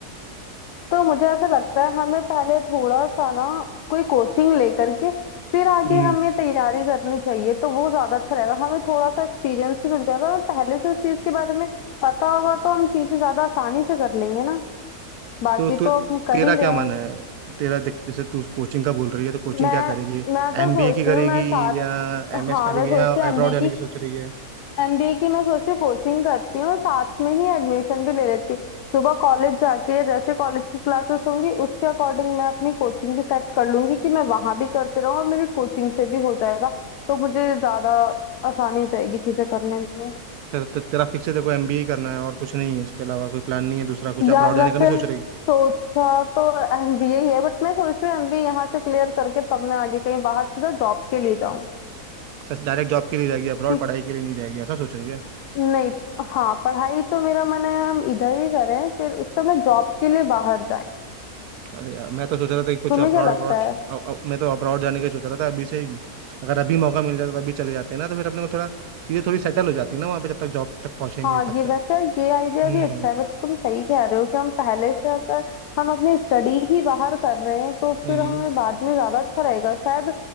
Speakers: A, on the left; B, on the right.
A: तो मुझे ऐसा लगता है हमें पहले थोड़ा सा ना कोई कोचिंग लेकर के फिर आगे
B: यार
A: हमें तैयारी करनी चाहिए तो वो ज्यादा अच्छा रहेगा हमें थोड़ा सा एक्सपीरियंस भी मिल जाएगा और हमें पहले से उस चीज के बारे में पता होगा तो हम चीजें ज्यादा आसानी से कर लेंगे ना बाकी
B: तो तू
A: तो अब हम कर
B: तेरा
A: ही
B: क्या
A: रहे हैं
B: मन है तेरा देख जैसे तू कोचिंग का बोल रही है तो कोचिंग
A: मैं
B: क्या करेगी
A: मैं तो
B: एमबीए
A: सोच
B: की करेगी
A: रही हूँ मैं साथ
B: या एमएस
A: हाँ
B: करेगी
A: मैं सोच
B: या अब्रॉड
A: रही हूँ एमबी
B: जाने
A: की
B: की सोच रही है
A: एमबीए की मैं सोच रही कोचिंग करती हूँ साथ में ही एडमिशन भी ले लेती हूँ सुबह कॉलेज जाके जैसे कॉलेज की क्लासेस होंगी उसके अकॉर्डिंग मैं अपनी कोचिंग भी सेट कर लूंगी कि मैं वहां भी करती रहूँ और मेरी कोचिंग से भी हो जाएगा तो मुझे ज्यादा आसानी हो जाएगी चीजें करने में
B: ते, ते, तेरा फिक्स है देखो एमबीए करना है और कुछ नहीं है इसके अलावा कोई प्लान नहीं है दूसरा कुछ
A: यार
B: अब्रॉड जाने
A: वैसे
B: का नहीं सोच रही
A: सोचा तो एमबीए ही है बट मैं सोच रही हूँ एमबीए यहाँ से क्लियर करके तब मैं आगे कहीं बाहर सीधा जॉब के लिए जाऊँ
B: डायरेक्ट जॉब के लिए जाएगी अब्रॉड
A: कि
B: पढ़ाई के लिए नहीं जाएगी ऐसा सोच रही है
A: नहीं हाँ पढ़ाई तो मेरा मन है हम इधर ही करें फिर उसके बाद मैं जॉब के लिए बाहर जाए
B: अरे यार मैं तो सोच रहा था कि कुछ
A: तुम्हें
B: अब्रॉड
A: क्या लगता
B: अब्रॉड
A: है
B: अ- अ- मैं तो अब्रॉड जाने का ही सोच रहा था अभी से ही अगर अभी मौका मिल जाता तो अभी चले जाते हैं ना तो फिर अपने को थोड़ा चीजें थोड़ी सेटल हो जाती है ना वहाँ पे जब तक जॉब तक पहुंचेंगे
A: हाँ
B: तब
A: ये वैसे
B: तक
A: ये आइडिया
B: हम्म
A: भी अच्छा है वैसे तुम सही कह रहे हो कि हम पहले से अगर हम अपनी स्टडी ही बाहर कर रहे हैं तो
B: हम्म
A: फिर हमें बाद में ज्यादा अच्छा रहेगा शायद